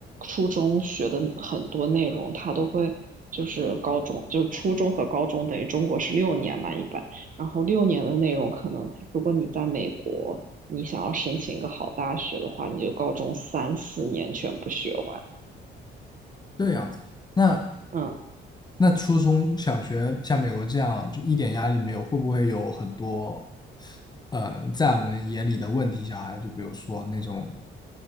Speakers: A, on the right; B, on the left.
A: 初中学的很多内容，他都会就是高中就是初中和高中等于中国是六年嘛一般，然后六年的内容可能如果你在美国。你想要申请一个好大学的话，你就高中三四年全部学完，
B: 这样子，那
A: 嗯。
B: 那初中小学像美国这样就一点压力没有，会不会有很多，呃，在我们眼里的问题小孩？就比如说那种